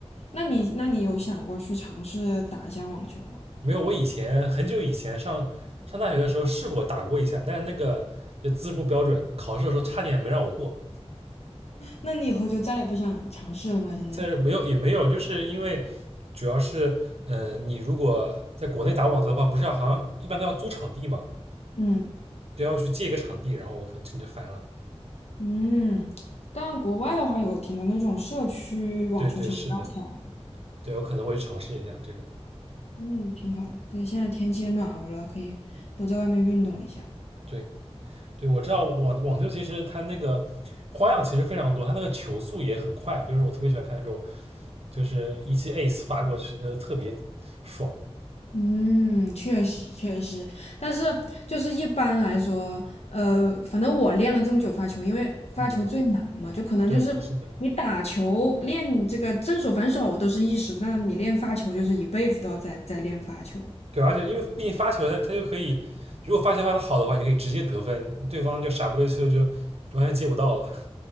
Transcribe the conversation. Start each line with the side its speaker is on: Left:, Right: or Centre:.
Left: 那你那你有想过去尝试打一下网球吗？
Right: 没有，我以前很久以前上上大学的时候试过打过一下，但是那个就资质不标准，考试的时候差点没让我过。
Left: 那你以后就再也不想尝试了吗？现在？
Right: 但是没有也没有，就是因为主要是，嗯、呃你如果在国内打网球的话，不是要好像一般都要租场地嘛，
Left: 嗯
Right: 都要去借一个场地，然后我可能就烦了。
Left: 嗯，但国外的话有挺多那种社区网球场不要钱，
Right: 对对，是的，对我可能会尝试一下这个。
Left: 嗯，挺好的。对，现在天气也暖和了，可以多在外面运动一下。
Right: 对，对，我知道网网球其实它那个花样其实非常多，它那个球速也很快，就是我特别喜欢看那种，就是一记 ace 发过去，呃，特别爽。
Left: 嗯，确实确实，但是就是一般来说，呃，反正我练了这么久发球，因为发球最难嘛，
Right: 嗯，
Left: 就可能就是你打球练这个正手反手都是一时，
Right: 对，是的，
Left: 但你练发球就是一辈子都要在在练发球。
Right: 对，而且因为毕竟发球它它就可以，如果发球发的好的话，你可以直接得分，对方就傻不溜秋就完全接不到了。